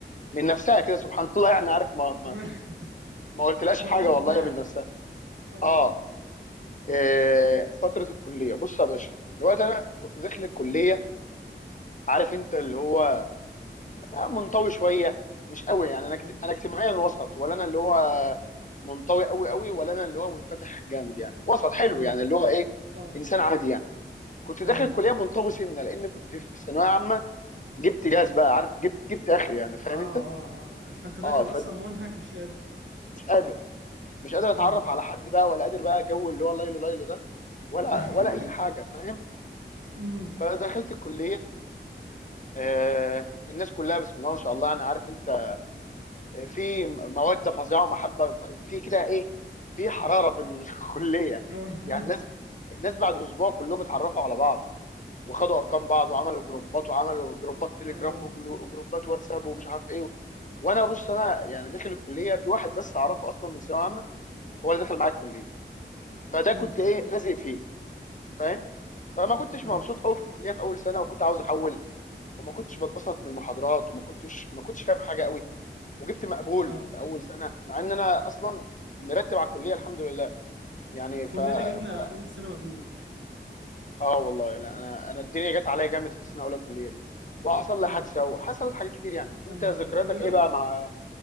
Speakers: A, on the left; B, on the right.
A: من نفسها كده سبحان <laughs> الله يعني عارف ما ما,
B: <laughs>
A: ما قلتلاش
B: ده
A: حاجة
B: في اجماع
A: والله من نفسها
B: اه
A: آه إيه فترة الكلية بص يا باشا دلوقتي أنا كنت داخل الكلية عارف أنت اللي هو آه، منطوي شويه مش قوي يعني انا اجت-
B: امم
A: انا اجتماعيا وسط ولا انا اللي هو منطوي قوي قوي ولا انا اللي هو منفتح جامد يعني وسط حلو
B: اه
A: يعني اللي هو ايه
B: اه
A: انسان عادي يعني كنت
B: تمام
A: داخل الكليه منطوي سنه لان كنت في ثانويه عامه جبت جاز بقى عارف جبت جبت اخري يعني فاهم
B: اه اه
A: انت
B: آه. فانت داخل
A: اه فمش
B: اصلا منهك مش قادر
A: قادر مش قادر اتعرف
B: امم
A: على حد بقى ولا قادر بقى جو اللي هو ليلو ليلو ده ولا
B: <laughs>
A: ولا اي حاجه فاهم
B: امم
A: فدخلت الكليه آه الناس كلها بسم الله ما شاء الله انا عارف انت في موده فظيعه ومحبه في كده ايه في حراره في الكليه
B: اه
A: يعني الناس الناس بعد اسبوع كلهم اتعرفوا على بعض وخدوا ارقام بعض وعملوا جروبات وعملوا جروبات تليجرام
B: اه
A: وجروبات واتساب ومش عارف ايه وانا بص انا يعني داخل الكليه في واحد بس اعرفه اصلا من ثانويه عامه هو اللي دخل معايا الكليه فده
B: امم
A: كنت ايه لازق فيه فاهم فما كنتش
B: اه
A: مبسوط قوي في الكليه في اول سنه وكنت عاوز احول وما كنتش بتبسط من المحاضرات وما كنتش ما كنتش فاهم حاجه قوي وجبت مقبول
B: اه
A: في اول سنه مع ان انا اصلا مرتب على الكليه الحمد لله يعني
B: كلنا
A: ف,
B: جبنا
A: ف...
B: اول سنة مقبول
A: اه والله لا انا انا الدنيا جت عليا جامد في سنه اولى كليه دي وحصل لي
B: امم
A: حادثه وحصلت حاجات كتير يعني انت
B: يا نهار
A: ذكرياتك
B: ابيض كل ده
A: ايه بقى مع